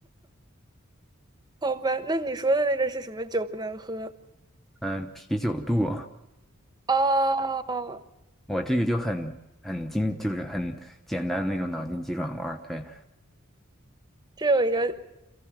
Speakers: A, on the right; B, in the centre.
A: 好吧，那你说的那个是什么酒不能喝？
B: 嗯，啤酒肚，
A: 哦，
B: 我这个就很很精，就是很简单的那种脑筋急转弯儿，对，
A: 这有一个，